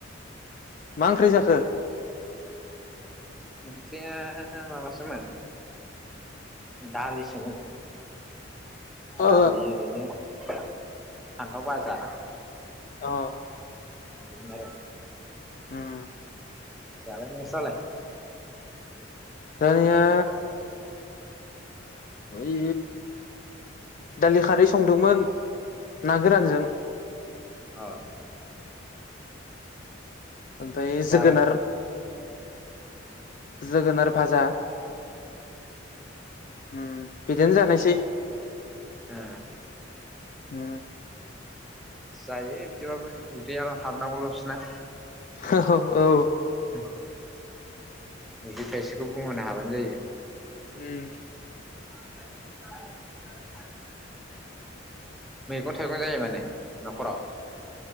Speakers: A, on the left; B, in the centre.
A: मा ओंख्रि जाखो?
B: ओंख्रिया माबासोमोन दालिसोमोन।
A: ओ
B: दालि ओरैनो फानथाव बाजा
A: अ
B: जोगोनारो।
A: उम
B: जाबाय नोंस्रालाय?
A: दानिआ ओइ दालि खारै संदोंमोन ना गोरानजों
B: अ
A: ओमफाय
B: जाबाय
A: जोगोनार
B: ओ
A: जोगोनार भाजा उम फि दिनो जानायसै
B: ओ
A: उम
B: जायो बिदिबाबो उदै आवल' हाबनांगौल'सो ना
A: ह ह औ
B: <unintelligible> उदै थायसिब बेखौ बुंहोनो हाबानो जायो
A: उम
B: <unintelligible> मैगं थाइगं जायो माने न'खराव